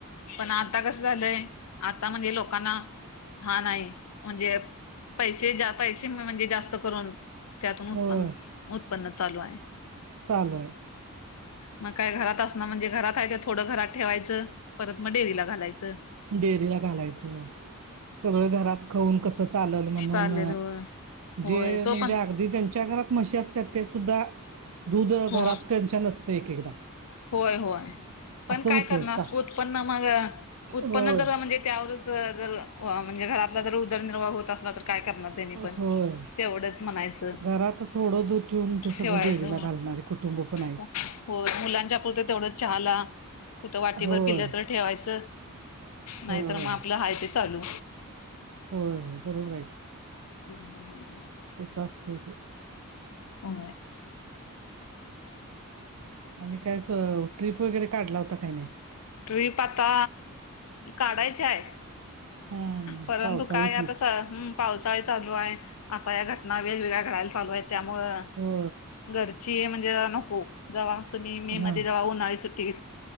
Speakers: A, on the left; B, on the right.
A: पण आता कसं झालंय आता म्हणजे लोकांना हा नाही म्हणजे पैसे पैसे म्हणजे जास्त करून त्यातून उत्पन्न
B: होय
A: उत्पन्न चालू आहे.
B: चालू आहे.
A: मग काय घरात असणार म्हणजे घरात आहे का थोडं घरात ठेवायचं परत मग डेअरीला घालायचं.
B: डेअरीला घालायचं सगळं घरात खाऊन कस चा म्हणून
A: चालेल होय होय
B: जे
A: तो
B: म्हणजे
A: पण
B: अगदी ज्यांच्या घरात म्हशी अस ते सुद्धा दूध घरात
A: हो
B: त्यांच्या नसते एक एकदा.
A: होय होय पण
B: असं
A: काय
B: होतंय
A: करणार
B: का
A: उत्पन्न माग उत्पन्न
B: होय
A: जर म्हणजे त्यावरच जर म्हणजे घरातला जर उदरनिर्वाह होत असला तर. काय करणार त्यांनी पण
B: होय
A: तेवढंच म्हणायचं
B: घरात थोडं दूध ठेवून ते सगळं
A: ठेवायचं
B: डेअरीला घालणारे कुटुंब पण आहेत
A: हो. हो मुलां तेवढ चहाला कुठ वाटीवर
B: होय
A: पिलं तर ठेवायच नाही
B: होय होय
A: मग हाय ते चालू.
B: हो हो बरोबर आहे की.
A: <unintelligible>
B: तस असत ते‌.
A: हो ह
B: आणि काय ट्रीप वगैरे काढला होता काही नाही.
A: ट्रीप आता काढायची आहे.
B: हम्म
A: परंतु
B: पावसाळी
A: काय
B: ट्रिप
A: आता पावसाळा ही चालू आहे आता या घटना वेगवेगळ्या घडायला चालू आहेत त्यामुळं
B: हो
A: घरची म्हणजे नको जव्हा तुम्ही मे
B: हा
A: मध्ये जव्हा उन्हाळी सुट्टी